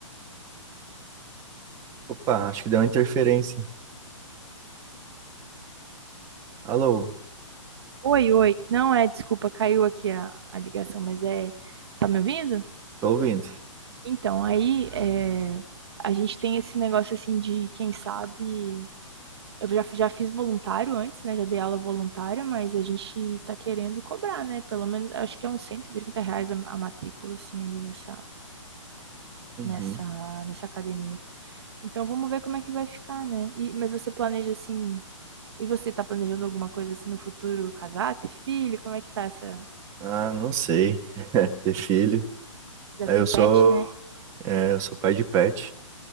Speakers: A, on the right; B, on the right.
A: Opa, acho que deu uma interferência. Alô,
B: Oi, oi. Não é, desculpa, caiu aqui a, a ligação, mas é... Tá me ouvindo?
A: tô ouvindo.
B: Então, aí é... a gente tem esse negócio assim de, quem sabe Eu já, fi- já fiz voluntário antes, né? Já dei aula voluntária, mas a gente tá querendo cobrar, né? Pelo menos, acho que é uns 130 reais a, a matrícula, assim, ali nessa,
A: Uhum.
B: nessa, nessa academia. Então, vamos ver como é que vai ficar, né? E, mas você planeja, assim... E você tá planejando alguma coisa, assim, no futuro? Casar, ter filho? Como é que tá essa...
A: Ah, não sei. <laughs> Ter filho.
B: Já
A: É,
B: tem
A: eu sou,
B: pet, né?
A: é, eu sou pai de pet.